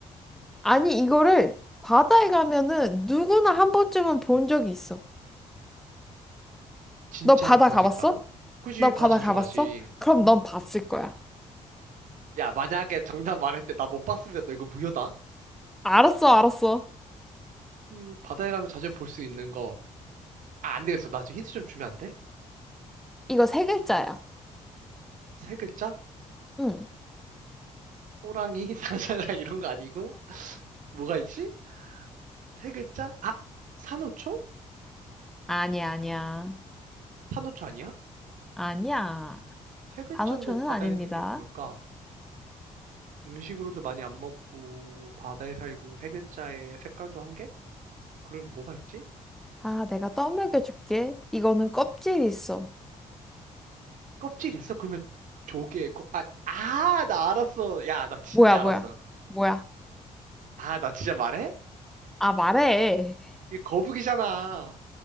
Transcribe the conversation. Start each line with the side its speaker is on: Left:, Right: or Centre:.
Centre: 아니, 이거를 바다에 가면은 누구나 한 번쯤은 본 적이 있어.
Right: 진짜로
Centre: 너 바다
Right: 볼
Centre: 가봤어?
Right: 수 있다고? 굳이
Centre: 너
Right: 바다
Centre: 바다
Right: 자주
Centre: 가봤어?
Right: 가지.
Centre: 그럼
Right: 음.
Centre: 넌 봤을 거야.
Right: 야, 만약에 정답 말했는데 나 못 봤으면 너 이거 무효다.
Centre: 알았어, 알았어.
Right: 음, 바다에 가면 자주 볼 수 있는 거. 아, 안 되겠어. 나 지금 힌트 좀 주면 안 돼?
Centre: 이거 세 글자야.
Right: 세 글자?
Centre: 응.
Right: 호랑이, <laughs> 사자가 이런 거 아니고 뭐가 있지? 세 글자? 아, 산호초?
Centre: 아니야, 아니야.
Right: 산호초 아니야?
Centre: 아니야.
Right: 세 글자인데
Centre: 단어초는
Right: 바다에
Centre: 아닙니다.
Right: 있는 게 뭘까? 음식으로도 많이 안 먹고 바다에 살고 세 글자에 색깔도 한 개? 그럼 뭐가 있지?
Centre: 아, 내가 떠먹여 줄게. 이거는 껍질이 있어.
Right: 껍질 있어? 그러면 조개 거, 아, 아, 나 알았어. 야, 나 진짜
Centre: 뭐야, 뭐야,
Right: 알았어.
Centre: 뭐야.
Right: 아, 나 진짜 말해?
Centre: 아, 말해.
Right: 이 거북이잖아.